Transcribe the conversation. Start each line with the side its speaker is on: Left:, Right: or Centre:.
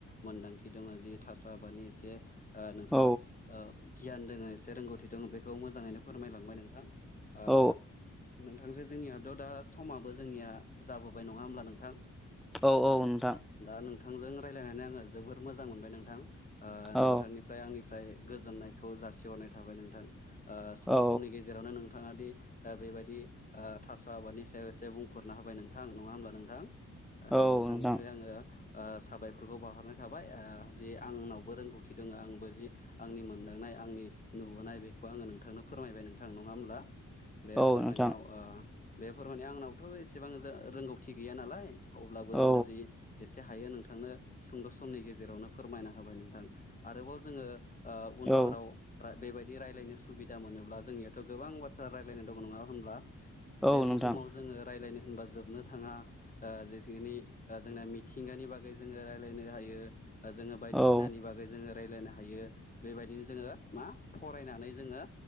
Left: मोनदांथि दङ जि थास' आबादनि एसे नोंथाङा
Centre: औ
Left: ओ गियान दोङ एसे रोंगौथि दङ बेखौ मोजाङैनो फोरमायलांबाय नोंथां। ओ
Centre: औ
Left: नों नोंथां जे जोंनियाथ' दा समाबो जोंनिया जाबोबाय नङा होमब्ला नोंथां। ओ
Centre: औ औ नोंथां
Left: दा नोंथांजों रायलायनानै आङो जोबोर मोजां मोनबाय नोंथां। ओ
Centre: औ
Left: नोंथांनिफ्राय आंनिफ्राय गोजोननायखौ जासिहरनाय थाबाय नोंथां ओ खम
Centre: औ
Left: खमनि गेजावनो नों नोंथाङा दि ओ बेबायदि थास' आबादनि सायाव एसे बुंफोरना होबाय नोंथां नङा होमब्ला नोंथां। ओ
Centre: औ
Left: नोंथांनिसिम
Centre: नोंथां
Left: आङो ओ साबायखरखौ बहरनाय थाबाय ओ जि आंनावबो रोंगौथि दङ आंबो जि आंनि मोनदांनाय आंनि नुबोनाय बेखौ आङो नोंथांनो फोरमायबाय नोंथां नङा होमब्ला बे
Centre: औ
Left: फोरमायनायाव
Centre: नोंथां
Left: ओ बे फोरमानायाव आंनावथ' एसेबां जा-रोंगौथि गैया नालाय अब्लाबो आङो
Centre: औ
Left: जि एसे हायो नोंथांनो सुंद' समनि गेजेरावनो फोरमायना होबाय नोंथां आरोबाव जोङो ओ उनफोराव
Centre: औ
Left: बेबायदि रायलायनो सुबिदा मोनोब्ला जोंनियावथ' गोबां बाथ्रा रायलायनाय दं नङा होनब्ला। बे
Centre: औ नोंथां
Left: बुहुमाव जोङो रायलायनो होनबा जोबनो थाङा। ओ जेखिनि जोंना मिथिंगानि बागै जोङो रायलायनो हायो ओ जोङो बायदिसिनानि
Centre: औ
Left: बागै जोङो रायलायनो हायो। बेबायदिनो जोङो मा फरायनानै जोङो